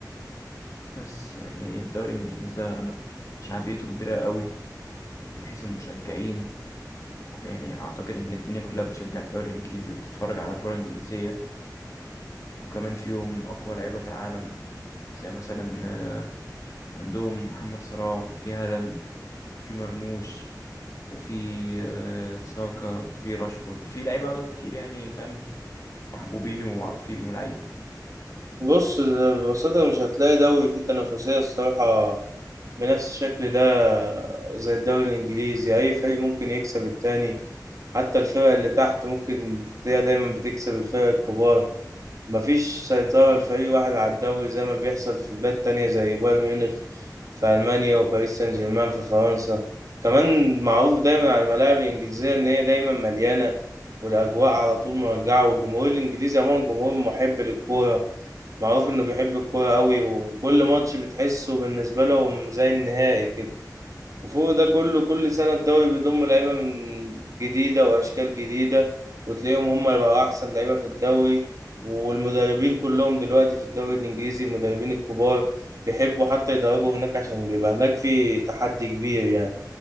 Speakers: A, on the left (about 45°); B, on the right (about 50°).
A: بس يعني الدوري الانجليزي ده شعبيته كبيرة قوي من حيث المشجعين ك- يعني اعتقد ان الدنيا كلها بتشجع الدوري الانجليزي وبتتفرج على كرة انجليزية وكمان فيهم اقوى لعيبة في العالم زي مثلا آه، عندهم محمد صلاح وفي هالاند وفي مرموش وفي آه، ساكا وفي راشفورد في لعيبة كتير يعني فاهم محبوبين ومعروفين ولعيبة
B: بص ببساطة مش هتلاقي دوري فيه تنافسية الصراحة بنفس الشكل ده زي الدوري الانجليزي اي فريق ممكن يكسب التاني حتى الفرق اللي تحت ممكن تلاقيها دايما بتكسب الفرق الكبار مفيش سيطرة لفريق واحد على الدوري زي ما بيحصل في بلاد تانية زي بايرن ميونخ في ألمانيا وباريس سان جيرمان في فرنسا كمان معروف دايما على الملاعب الإنجليزية إن هي دايما مليانة والأجواء على طول مرجعة والجمهور الإنجليزي عموما جمهور محب للكورة معروف إنه بيحب الكورة أوي وكل ماتش بتحسه بالنسبة لهم زي النهائي كده. وفوق ده كله كل سنة الدوري بيضم لعيبة من جديدة وأشكال جديدة وتلاقيهم هم اللي بقوا أحسن لعيبة في الدوري والمدربين كلهم دلوقتي في الدوري الإنجليزي المدربين الكبار بيحبوا حتى يدربوا هناك عشان بيبقى هناك في تحدي كبير يعني